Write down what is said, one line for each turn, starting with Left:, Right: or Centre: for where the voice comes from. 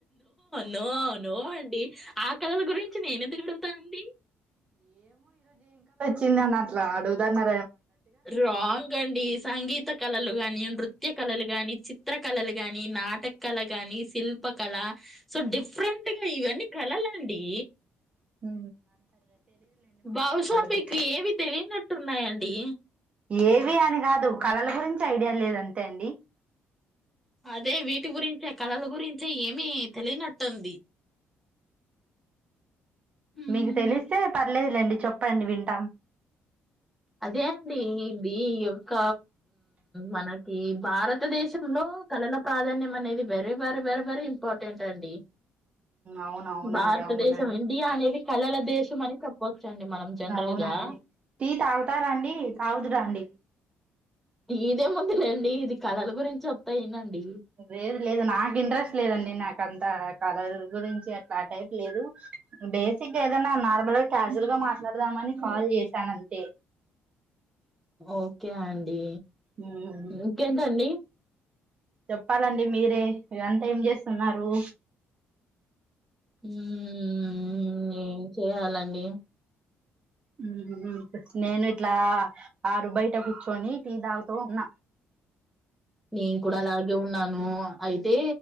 Centre: నో నో అండి ఆ కళల గురించి నేను ఎందుకు అడుగుతా అండి
Right: చిందన్న అట్లా అడుదన్నేమ
Centre: రాంగ్ అండి సంగీత కళలు గానీ వృత్య కళలు గాని చిత్ర కళలు గాని నాట టేక్ కలగాని సిల్క్ ప్ప కానీ సో డిఫ్ డిఫరెంట్ గా ఇవన్నీ కలలాండి
Right: ఉ
Centre: బహుశా మీకు
Right: గురించి
Centre: ఏవి తెలియనట్టున్నాయండి
Right: ఏవి అని కాదు కళలు గురించి ఐడియా లేదు అంతే అండి
Centre: అదే వీటి గురించే కళల గురించే ఏమి తెలియనట్టుంది హ్మ్.
Right: మీకు తెలిస్తే పర్లేదులేండి చెప్పండి వింటాం
Centre: అదే అండి ఇది యొక్క మనకి భారతదేశంలో కళల ప్రాధాన్యం అనేది very very very very important అండి
Right: అవున అవునండి
Centre: భారతదేశం
Right: అవునండి
Centre: ఇండియా అనేది కళల దేశం అని చెప్పవచ్చండి మనం జనరల్గా
Right: అవునండి టీ తాగుతారండి తాగుదు రండి
Centre: టీ ది ఎముందులేండి ఇది కళల గురించి చెప్తా వినండి
Right: లేదు లేదు నాకు ఇంట్రెస్ట్ లేదండి నాకంతా కళల గురించి అట్లా ఆ టైప్ లేదు బేసిక్గా ఏదన్న నార్మల్గా క్యాజువల్ గా మాట్లాడదామని కాల్ చేశాను అంతే
Centre: ఓకే అండి
Right: ఉమ్,
Centre: ఇంకేంటండి
Right: చెప్పాలండి మీరే మీరంత ఏం చేస్తున్నారు
Centre: ఉమ్..... ఏం చెయాలండి
Right: ఉమ్.... నేను ఇట్లా ఆరు బయట కూర్చొని టీ తాగుతూ ఉన్నా
Centre: నేను కూడా అలాగే ఉన్నాను అయితే